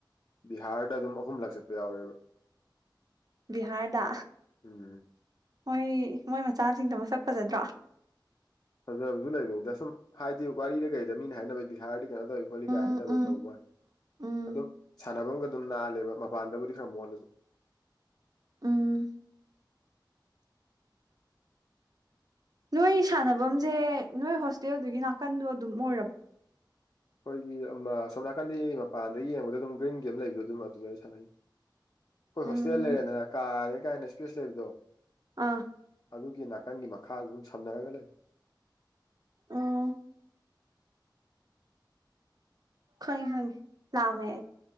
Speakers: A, on the left; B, on the right.
A: ꯕꯤꯍꯥꯔꯗ ꯑꯗꯨꯝ ꯑꯍꯨꯝꯂꯥꯛ ꯆꯠꯄ ꯌꯥꯎꯔꯦꯕ
B: ꯕꯤꯍꯥꯔꯗ
A: ꯎꯝ
B: ꯃꯣꯏ ꯃꯣꯏ ꯃꯆꯥꯁꯤꯡꯗꯣ ꯃꯁꯛ ꯐꯖꯗ꯭ꯔꯣ
A: ꯐꯖꯕꯁꯨ ꯂꯩꯕꯅꯤꯗ ꯁꯨꯝ ꯍꯥꯏꯗꯤ ꯋꯥꯔꯤꯗ ꯀꯩꯗ ꯃꯤꯅ ꯍꯥꯏꯅꯕꯩ ꯕꯤꯍꯥꯔꯗꯤ ꯀꯩꯅꯣ ꯇꯧꯋꯤ ꯈꯣꯠꯂꯤꯒꯥꯏ
B: ꯎꯝ
A: ꯍꯥꯏꯅꯕꯩ
B: ꯎꯝ
A: ꯇꯧꯕ ꯋꯥꯅꯤ
B: ꯎꯝ
A: ꯑꯗꯨꯝ ꯁꯥꯟꯅꯐꯝꯒ ꯑꯗꯨꯝ ꯅꯥꯜꯂꯦꯕ ꯃꯄꯥꯟꯗꯕꯨꯗꯤ ꯈꯔ ꯃꯣꯠꯂꯖꯨ
B: ꯎꯝ ꯅꯣꯏ ꯁꯥꯟꯅꯕꯝꯁꯦ ꯅꯣꯏ ꯍꯣꯁꯇꯦꯜꯗꯨꯒꯤ ꯅꯥꯀꯟꯗꯣ ꯑꯗꯨꯝ ꯑꯣꯏꯔꯛ
A: ꯑꯩꯈꯣꯏꯒꯤ ꯎꯝ ꯑꯥ ꯁꯣꯝ ꯅꯥꯀꯟꯗꯤ ꯃꯄꯥꯟꯗ ꯌꯦꯡꯕꯗ ꯑꯗꯨꯝ ꯒ꯭ꯔꯤꯟ ꯒꯤ ꯑꯃ ꯂꯩꯕꯗꯣ ꯑꯗꯨꯝ ꯑꯗꯨꯗ ꯁꯥꯟꯅꯩ ꯑꯩꯈꯣꯏ
B: ꯎꯝ
A: ꯍꯣꯁꯇꯦꯜ ꯂꯩꯔꯦꯗꯅ ꯀꯥꯔꯦ ꯀꯥꯏꯅ ꯏꯁꯄꯦꯁ ꯂꯩꯕꯗꯣ
B: ꯑꯥ
A: ꯑꯗꯨꯒꯤ ꯅꯥꯀꯟꯒꯤ ꯃꯈꯥꯗꯗꯨꯝ ꯁꯝꯅꯔꯒ ꯂꯩꯅꯥꯔꯒꯥ ꯂꯩ
B: ꯑ ꯈ ꯈꯪ ꯂꯃꯦ